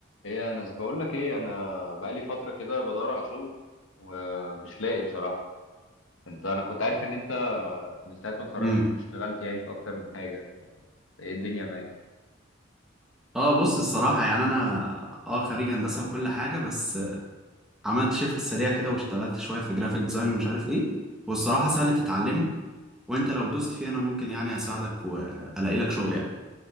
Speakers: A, on the left; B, in the centre.
A: ايه انا بقول لك ايه انا بقالي فتره كده بدور على شغل ومش لاقي بصراحه انت انا كنت عارف ان انت من ساعه ما اتخرجت
B: امم
A: كنت اشتغلت يعني في اكتر من حاجه ايه الدنيا معاك
B: اه بص الصراحة يعني أنا اه خريج هندسة وكل حاجة بس عملت شيفت سريع كده واشتغلت شوية في جرافيك ديزاين ومش عارف ايه والصراحة سهل تتعلمه وانت لو دوست فيه أنا ممكن يعني أساعدك وألاقي لك شغل يعني